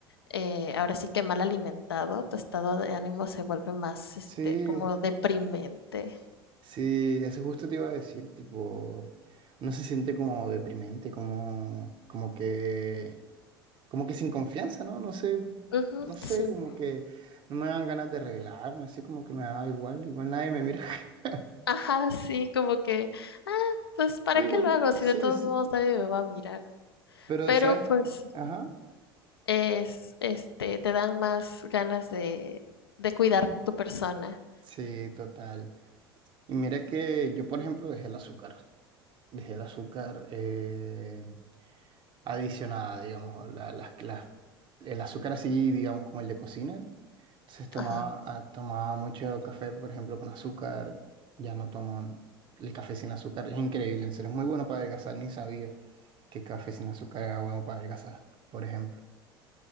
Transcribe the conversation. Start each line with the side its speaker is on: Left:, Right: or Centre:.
Left: eh, ahora sí que mal alimentado, tu estado de ánimo se vuelve más, este,
Right: sí,
Left: como deprimente.
Right: sí, eso justo te iba a decir, tipo, no se siente como deprimente, como, como que como que sin confianza, ¿no? No sé,
Left: Ujú,
Right: no sé,
Left: sí.
Right: como que no me dan ganas de arreglarme, así como que me da igual, igual nadie me mira. <laughs>
Left: Ajá, sí, como que, ah, pues ¿para
Right: Sí,
Left: qué
Right: bueno,
Left: lo hago si
Right: sí,
Left: de todos
Right: sí,
Left: modos nadie me va a mirar?
Right: pero,
Left: Pero
Right: ¿sabes?
Left: pues
Right: Ajá,
Left: es, este, te dan más ganas de, de cuidar tu persona.
Right: sí, total. Y mira que yo, por ejemplo, dejé el azúcar, dejé el azúcar eh, adicionada, digamos, la- las, las- el azúcar así, digamos, como el de cocina, Entonces tomaba,
Left: Ajá.
Right: ah, tomaba mucho café, por ejemplo, con azúcar. Ya no tomo el café sin azúcar. Es increíble, en serio. Es muy bueno para adelgazar. Ni sabía que el café sin azúcar era bueno para adelgazar, por ejemplo.